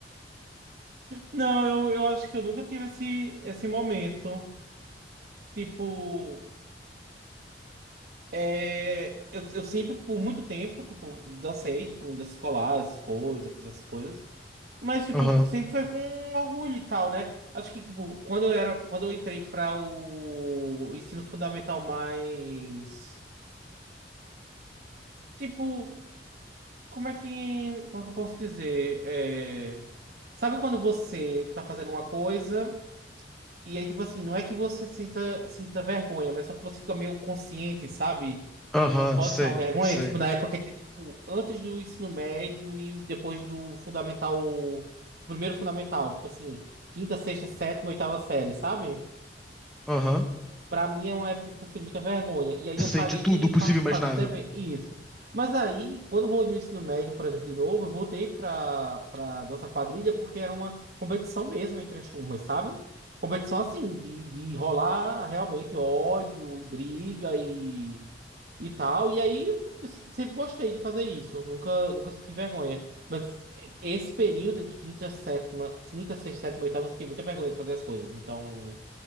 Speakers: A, on the right; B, in the centre.
A: Não, eu, eu acho que eu nunca tive esse, esse momento. Tipo, é... eu, eu sempre, por muito tempo, tipo, dancei, tipo, em dança escolar, essas coisas, fiz essas coisas. Mas, tipo,
B: Aham,
A: sempre foi com orgulho e tal, né? Acho que, tipo, quando eu era, quando eu entrei para o ensino fundamental mais... Tipo, como é que, como é que eu posso dizer? É... Sabe quando você tá fazendo uma coisa... E aí, tipo assim, não é que você sinta, sinta vergonha, mas só que você fica meio consciente, sabe?
B: aham,
A: Que pode
B: sei,
A: ser uma vergonha.
B: sei.
A: Tipo, na época que a gente, tipo, antes do ensino médio e depois do fundamental, primeiro fundamental, tipo assim, quinta, sexta, sétima, oitava série, sabe?
B: Aham.
A: Pra mim é uma época que você tem muita vergonha. E aí
B: Sim,
A: eu parei
B: de tudo
A: de
B: possível
A: participar
B: e imaginável.
A: desses eventos. Isso. Mas aí, quando eu vou no ensino médio, por exemplo, de novo, eu voltei pra, pra dança quadrilha porque era uma competição mesmo entre as turmas, sabe? Competição assim, de, de rolar realmente ódio e briga e, e tal. E aí eu sempre gostei de fazer isso. Nunca, nunca senti vergonha. Mas eh, esse período de quinta, sétima, quinta, sexta, sétima, oitava, eu senti muita vergonha de fazer as coisas. Então.